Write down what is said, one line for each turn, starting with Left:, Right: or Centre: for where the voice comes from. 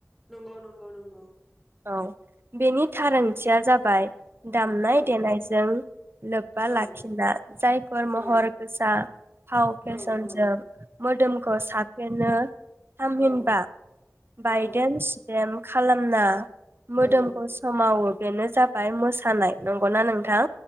Centre: नंगौ नंगौ नंगौ
Right: औ बेनि थार ओंथिया जाबाय दामनाय
Centre: औ
Right: देनायजों लोब्बा लाखिना
Centre: औ
Right: जायफोर
Centre: औ
Right: महर गोसा फाव फेशनजों
Centre: औ औ
Right: मोदोमखौ साफेनो थामहिनबा
Centre: औ
Right: बायदेम
Centre: औ
Right: सुदेम खालामना मोदोमखौ
Centre: औ
Right: सोमावो बेनो जाबाय मोसानाय नंगौना नोंथां